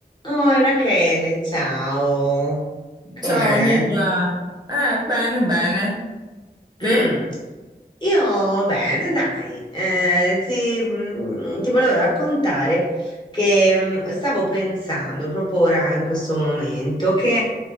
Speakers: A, on the left; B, on the right.
A: Oi Rachele, ciao, com'è?
B: Ciao Nicla, eh, bene, bene. Te?
A: Mm. Io bene, dai, Eh, ti, mm, ti volevo raccontare che mm, stavo pensando proprio ora in questo momento che